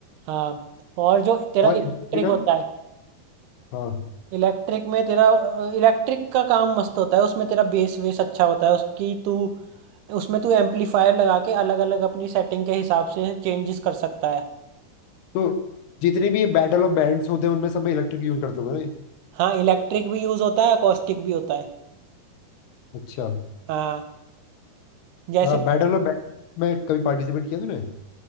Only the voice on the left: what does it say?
और
इलेक्ट्रिकल
हाँ
तो जितने भी ये बैटल ऑफ बैंड्स होते हैं उनमें सब में इलेक्ट्रिक यूज करते होंगे ना ये?
अच्छा
हाँ बैटल ऑफ बैंड में कभी पार्टिसिपेट किया तूने